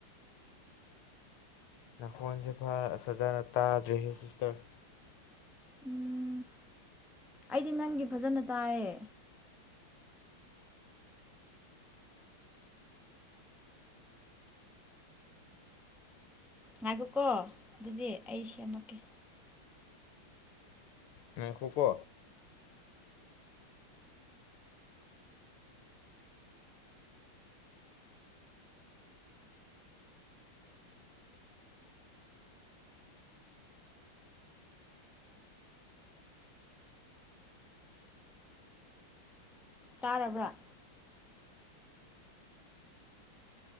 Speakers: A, on the left; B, in the centre.
A: ꯅꯥꯈꯣꯟꯁꯦ ꯐꯥ ꯐꯖꯅ ꯇꯥꯗ꯭ꯔꯦꯍꯦ ꯁꯤꯁꯇꯔ
B: ꯎꯝ ꯑꯩꯗꯤ ꯅꯪꯒꯤ ꯐꯖꯅ ꯇꯥꯏꯌꯦ ꯉꯥꯏꯈꯣꯀꯣ ꯑꯗꯨꯗꯤ ꯑꯩ ꯁꯦꯝꯃꯛꯀꯦ
A: ꯉꯥꯏꯈꯣꯀꯣ
B: ꯇꯥꯔꯕ꯭ꯔꯥ